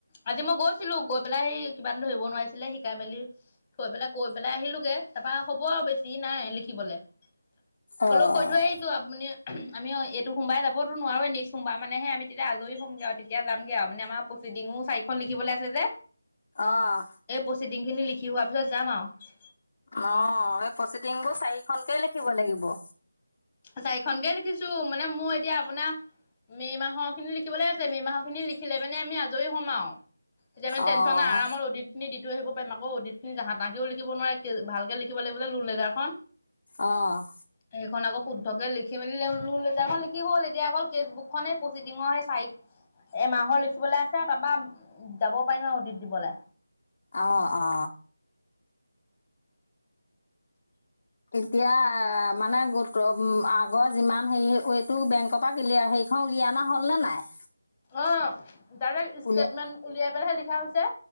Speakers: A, on the left; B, on the left.
A: আজি মই গৈছিলো গৈ পেলাই আহি কিবা এটা ধৰিব নোৱাৰিছিলে শিকাই মেলি থৈ পেলাই গৈ পেলাই আহিলোোগে তাৰপা হ'ব আৰু বেছি নাই লিখিবলে।
B: অ',
A: হলো কৈ থৈ আহিছো আপুনি আমি এইটো সোমবাৰে যাবতোনুৱাৰো নেক্সট সোমবাৰ মানে আমিতি আজৰি হ'মগে আৰু তেতিয়া যামগে আৰু মানে আমাৰ প্ৰচিডিঙো চাৰিখন লিখিবলৈ আছে যে।
B: অ',
A: এই প্ৰচিদিংখিনি লিখি লিখি হোৱাৰ পিছত যাম আৰু।
B: অ এই প্ৰচিডিং বোৰ চাৰিখনকেই লিখিব লাগিব।
A: চাৰিখনকে লিখিছো মানে মোৰ এতিয়া আপোনাৰ মে' মাহৰ খিনি লিখিবলৈ আছে মে' মাহৰ খিনি লিখিলে মানে আমি আজৰি হম্ আৰু। তেতিয়া মানে
B: অ',
A: টেনচন আৰামৰ অদিনি দিম। আহিব পাৰিম আকৌ অদিতিনিহ তাহেও লিখিব নোৱাৰে কে ভালকে লিখিব লাগিব যে লোন লেটাৰখন।
B: অ'।
A: সেইখন আকৌ শুদ্ধকে লিখি মেলি লিখি হ'ল এতিয়া অকল ফেচবুক খনেই পচিডিঙৰ সেই চাৰি এমাহৰ লিখিবলৈ আছে তাৰপা যাব পাৰিম আৰু অডিট দিবলৈ।
B: আহ অ'। এতিয়া মানে গোটৰ আগৰ যিমান হেৰি এইটো বেংকৰ পৰা কিলিয়াৰ সেইখন উলিয়াই অনা হ'ল নে নাই।
A: আহ। ডাইৰেক্ট ষ্টেটমেণ্ট
B: উলিয়াই
A: উলিয়াই লিখা হৈছে।